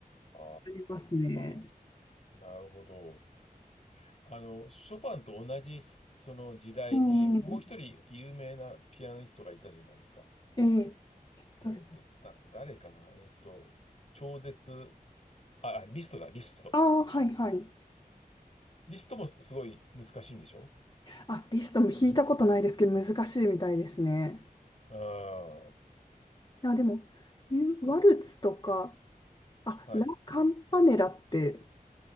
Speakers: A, on the left; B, on the left.
A: あ
B: ありますね。
A: あ、なるほど。あの、ショパンと同じすその時代に、
B: ええ
A: もう一人有名なピアニストがいたじゃないですか。
B: ええ
A: えっと、
B: 誰だ
A: だ、誰かなえっと、超絶、あ、あリストだ、リスト。
B: ああー、はいはい。
A: リストもすすごい難しいんでしょ
B: あ、リストも弾いたことないですけど、難しいみたいですね。
A: うん。は
B: あ、でも、ユワルツとか、あ、
A: い
B: ラ・カンパネラって、